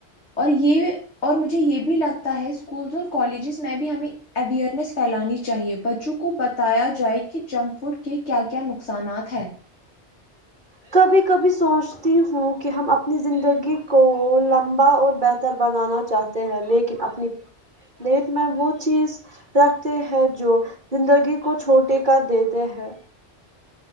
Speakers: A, on the left; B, on the right.
A: اور یہ اور مجھے یہ بھی لگتا ہے اسکولس اور کالجز میں بھی ہمیں اویئرنیس پھیلانی چاہیے بچوں کو بتایا جائے کہ جنک فوڈ کے کیا کیا نقصانات ہیں
B: کبھی کبھی سوچتی ہوں کہ ہم اپنی زندگی کو لمبا اور بہتر بنانا چاہتے ہیں لیکن اپنی پٹ میں وہ چیز رکھتے ہیں جو زندگی کو چھوٹی کر دیتے ہیں